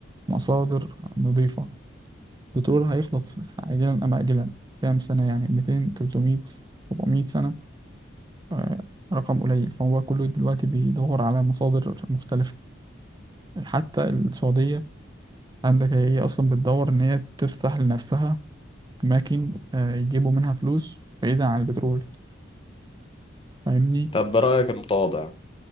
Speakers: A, on the right; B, on the left.
A: مصادر نظيفة البترول هيخلص عاجلا أم آجلا كام سنة يعني 200 300 400 سنة آه، رقم قليل فهو كله دلوقتي بيدور على مصادر مختلفة حتى السعودية عندك هي أصلا بتدور إن هي تفتح لنفسها أماكن آه، يجيبوا منها فلوس بعيدا عن البترول فاهمني؟
B: طب برأيك المتواضع